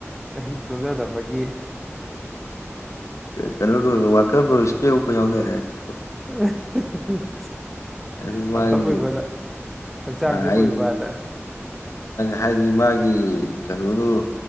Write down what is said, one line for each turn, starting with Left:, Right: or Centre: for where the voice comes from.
Centre: ꯆꯍꯤꯛ ꯇꯨꯝꯖꯗꯕꯒꯤ
Left: ꯀꯩꯅ ꯋꯥꯊ ꯅ ꯏꯁꯄꯦ ꯌꯥꯅꯔꯦꯅꯤ
Centre: <unintelligible>
Left: ꯑꯗꯨ
Centre: ꯄꯈꯛ
Left: ꯃꯥꯒꯤ
Centre: ꯂꯣꯏꯕꯗ ꯍꯛꯆꯥꯡꯁ
Left: ꯑꯩꯗꯤ
Centre: ꯂꯣꯏꯕꯗ
Left: ꯍꯥꯏꯗꯤ ꯃꯥꯒꯤ ꯀꯩꯅꯣꯗꯣ